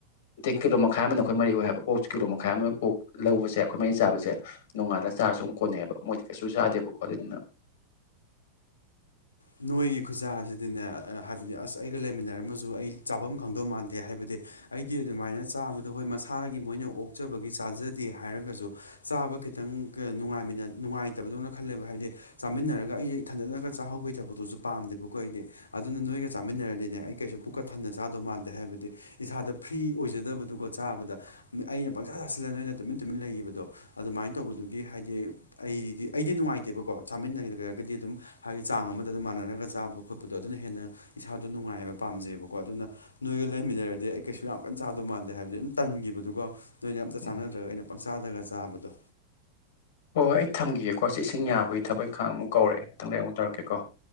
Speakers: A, on the left; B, on the left.
A: ꯑ ꯀꯤꯂꯣ ꯃꯈꯥꯏ ꯑꯃꯅ ꯑꯩꯈꯣꯏ ꯃꯔꯤ ꯑꯣꯏ ꯍꯥꯏꯕ ꯑꯣꯛꯁꯦ ꯀꯤꯂꯣ ꯃꯈꯥꯏ ꯑꯃ ꯑꯣꯛ ꯂꯧꯕꯁꯦ ꯑꯩꯈꯣꯏ ꯃꯔꯤ ꯆꯥꯕꯁꯦ ꯅꯣꯡꯉꯥꯂ ꯆꯥꯔꯁꯨ ꯁꯨꯝ ꯀꯣꯟꯅꯩꯑꯕ ꯃꯣꯏꯗꯤ ꯀꯩꯁꯨ ꯆꯥꯗꯦꯕ ꯈꯣꯠ ꯑꯗꯨꯅ
B: ꯅꯣꯏꯒꯤ ꯈꯨꯖꯥ ꯑꯁꯤꯗꯤꯅꯦ ꯍꯥꯏꯕꯗꯤ ꯑꯁ ꯑꯩꯒ ꯂꯩꯃꯤꯟꯅꯔꯝꯃꯁꯨ ꯑꯩ ꯆꯥꯐꯝ ꯈꯪꯗꯧ ꯃꯥꯟꯗꯦ ꯍꯥꯏꯕꯗꯤ ꯑꯩꯗꯤ ꯑꯗꯨꯃꯥꯏꯅ ꯆꯥꯕꯗ ꯍꯣꯏ ꯃꯁꯥꯒꯤ ꯃꯣꯏꯅ ꯑꯣꯛꯆꯕꯒꯤ ꯆꯥꯖꯗꯦ ꯍꯥꯏꯔꯒꯁꯨ ꯆꯥꯕ ꯈꯤꯇꯪꯅꯨꯡꯉ ꯅꯨꯡꯉꯥꯏꯇꯕꯗꯧꯅ ꯈꯜꯂꯦꯕ ꯍꯥꯏꯕꯗꯤ ꯆꯥꯃꯤꯟꯅꯔꯒ ꯑꯩ ꯊꯟꯖꯠꯅꯔꯒ ꯆꯥꯍꯧꯕꯩ ꯊꯕ ꯐꯣꯇꯣꯁꯨ ꯄꯥꯝꯗꯦꯕꯀꯣ ꯑꯩꯗꯤ ꯑꯗꯨꯅ ꯅꯣꯏꯒ ꯆꯥꯃꯤꯟꯅꯔꯗꯤꯅꯦ ꯑꯩ ꯀꯩꯁꯨ ꯄꯨꯛꯀꯠ ꯊꯝꯟꯅ ꯆꯥꯗꯧ ꯃꯥꯟꯗꯦ ꯍꯥꯏꯕꯗꯤ ꯏꯁꯥꯗ ꯐ꯭ꯔꯤ ꯑꯣꯏꯖꯗꯕꯗꯨꯒ ꯆꯥꯕꯗ ꯑꯩꯅ ꯄꯪꯁꯥ ꯆꯥꯁꯤꯜꯂ ꯅꯣꯏꯅ ꯇꯨꯃꯤꯟ ꯇꯨꯃꯤꯟ ꯂꯩꯈꯤꯕꯗꯣ ꯑꯗꯨꯃꯥꯏꯅ ꯇꯧꯕꯗꯨꯒꯤ ꯍꯥꯏꯗꯤ ꯑꯩꯗꯤ ꯑꯩꯗꯤ ꯅꯨꯡꯉꯥꯏꯇꯦꯕꯀꯣ ꯆꯥꯃꯤꯟꯅꯒꯦꯗꯔꯒꯗꯤ ꯑꯗꯨꯝ ꯍꯥꯏꯗꯤ ꯆꯥꯡ ꯑꯃꯗ ꯑꯗꯨꯝ ꯃꯥꯟꯅꯔꯒ ꯆꯥꯕ ꯈꯣꯠꯄꯗꯣ ꯑꯗꯨꯅ ꯍꯦꯟꯅ ꯏꯁꯥꯗꯣ ꯅꯨꯡꯉꯥꯏ ꯍꯥꯏꯕ ꯄꯥꯝꯖꯩꯑꯕꯀꯣ ꯑꯗꯨꯅ ꯅꯣꯏꯒ ꯂꯩꯃꯤꯟꯅꯔꯗꯤ ꯑꯩ ꯀꯩꯁꯨ ꯌꯥꯝ ꯀꯟ ꯆꯥꯗꯧ ꯃꯥꯟꯗꯦ ꯍꯥꯏꯕꯗꯤ ꯑꯗꯨꯝ ꯇꯟꯈꯤꯕꯗꯨꯒ ꯅꯣꯏꯅ ꯑꯝꯇ
A: ꯎꯝ
B: ꯆꯥꯟꯅꯗ꯭ꯔꯒ ꯑꯩꯅ ꯄꯪꯆꯥꯗꯒ ꯆꯥꯕꯗꯣ
A: ꯍꯣꯏ ꯍ ꯑꯩ ꯊꯝꯒꯦꯀꯣ ꯁꯤ ꯏꯁꯤꯡ ꯌꯥꯕꯒꯤ ꯊꯕꯛ ꯏꯪꯥꯡꯨꯛ ꯀꯧꯔꯦꯊꯗ ꯑꯃꯨꯛꯧꯛꯀꯦꯀꯣ